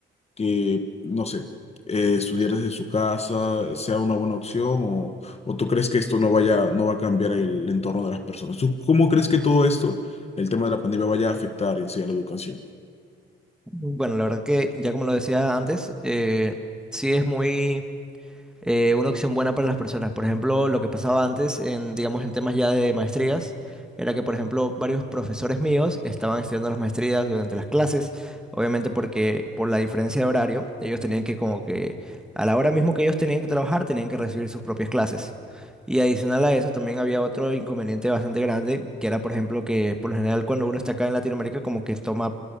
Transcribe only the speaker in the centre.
Bueno, la verdad que ya como lo decía antes, eh, sí es muy eh, una opción buena para las personas. Por ejemplo, lo que pasaba antes en, digamos, en temas ya de maestrías, era que, por ejemplo, varios profesores míos estaban estudiando las maestrías durante las clases, obviamente porque por la diferencia de horario, ellos tenían que como que a la hora mismo que ellos tenían que trabajar, tenían que recibir sus propias clases. Y adicional a eso, también había otro inconveniente bastante grande, que era, por ejemplo, que por lo general cuando uno está acá en Latinoamérica, como que toma